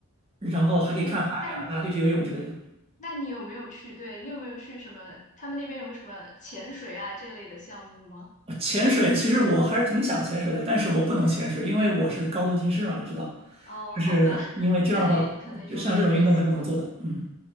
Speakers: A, on the right; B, on the left.
A: 然后还可以看海呀、
B: 诶，那你
A: 还可以去游泳之类的。
B: 那你有没有去？对，你有没有去什么？他们那边有什么潜水啊这类的项目吗？
A: 呃潜水其实我还是挺想潜水的，但是我不能潜水，因为我是高度近视嘛，你知道，
B: 哦，
A: 就是因为这样的话，
B: 好吧，<laughs> 那也可能有点可惜了。
A: 就像这种运动是不能做的。嗯